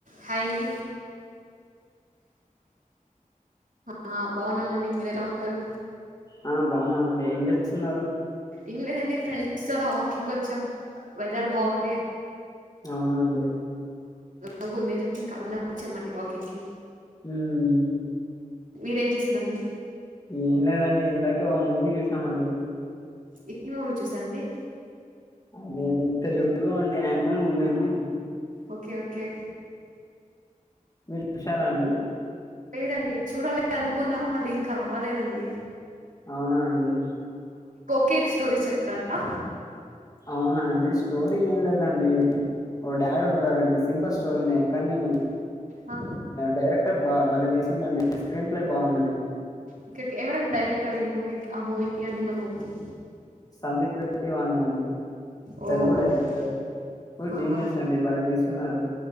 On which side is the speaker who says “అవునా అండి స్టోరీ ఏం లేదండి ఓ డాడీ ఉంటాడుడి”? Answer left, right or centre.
Left